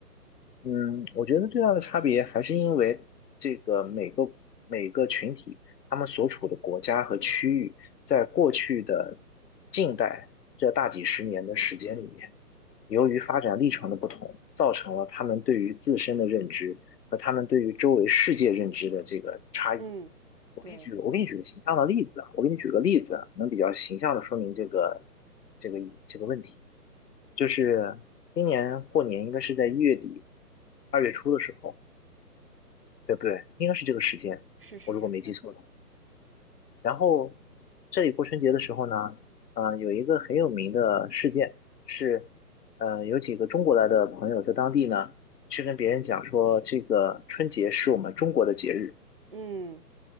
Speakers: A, on the left; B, on the right.
A: 嗯，我觉得最大的差别还是因为这个每个每个群体，他们所处的国家和区域，在过去的近代这大几十年的时间里面，由于发展历程的不同，造成了他们对于自身的认知和他们对于周围世界认知的这个差异。
B: 嗯，
A: 我给你举，
B: 对，
A: 我给你举个形象的例子啊，我给你举个例子啊能比较形象的说明这个这个这个问题。就是今年过年应该是在一月底、二月初的时候，对不对？应该是这个时间，
B: 是是是是，
A: 我如果没记错的话。然后这里过春节的时候呢，嗯、有一个很有名的事件是，呃，有几个中国来的朋友在当地呢，去跟别人讲说，这个春节是我们中国的节日。
B: 嗯